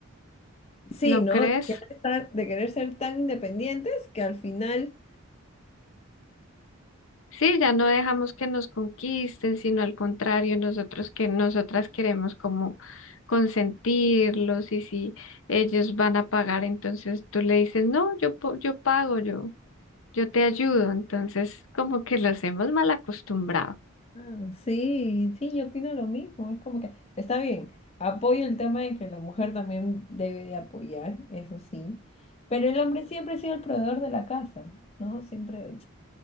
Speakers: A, on the left; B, on the left.
A: Sí,
B: ¿no
A: ¿no?
B: crees?
A: De querer estar, de querer ser tan independientes que al final
B: Sí, ya no dejamos que nos conquisten, sino al contrario, nosotros que nosotras queremos como consentirlos y si ellos van a pagar, entonces tú le dices, no, yo, po- yo pago, yo, yo te ayudo. Entonces, como que los hemos mal acostumbrado.
A: Ah, Sí, sí, yo opino lo mismo. Es como que está bien, apoyo el tema de que la mujer también debe de apoyar, eso sí, pero el hombre siempre ha sido el proveedor de la casa, ¿no? Siempre,